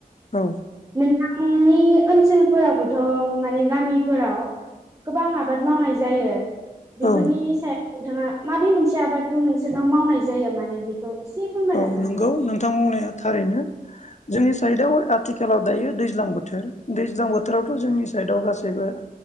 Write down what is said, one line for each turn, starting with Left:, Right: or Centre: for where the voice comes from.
Left: औ
Right: आंनि ओनसोलफोरावबोथ' माने गामिफोराव गोबां आबाद मावनाय जायो। बेफोरनि
Left: औ
Right: सायाव नोंथाङा माबे मोनसे आबादखौ नोंसोरनाव मावनाय जायो माने बेखौ एसे फोरमायलांनो
Left: औ नोंगौ
Right: हागोन ना?
Left: नोंथां बुंनाया थारैनो जोंनि साइदआव आथिखालाव दायो दैज्लां बोथोर दैज्लां बोथोरावथ' जोंनि साइडआव गासैबो